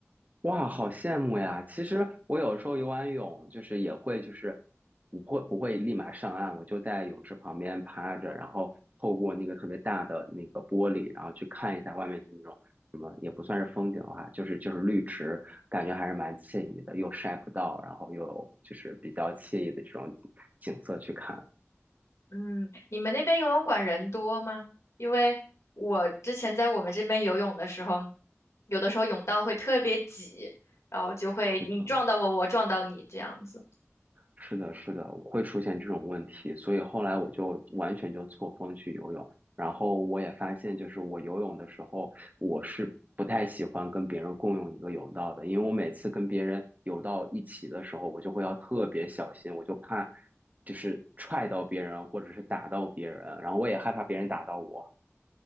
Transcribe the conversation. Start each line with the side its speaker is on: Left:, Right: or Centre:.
Right: 哇，好羡慕呀！其实我有时候游完泳，就是也会，就是我不会不会立马上岸，我就在泳池旁边趴着，然后透过那个特别大的那个玻璃，然后去看一下外面的那种什么，也不算是风景的话，就是就是绿植，感觉还是蛮惬意的，又晒不到，然后又有就是比较惬意的这种景色去看。
Left: 嗯，你们那边游泳馆人多吗？因为我之前在我们这边游泳的时候，有的时候泳道会特别挤，然后就会你撞到我，
Right: 是的，
Left: 我撞到你这样子。
Right: 是的，是的，会出现这种问题，所以后来我就完全就错峰去游泳。然后我也发现，就是我游泳的时候，我是不太喜欢跟别人共用一个泳道的，因为我每次跟别人游到一起的时候，我就会要特别小心，我就怕就是踹到别人或者是打到别人，然后我也害怕别人打到我。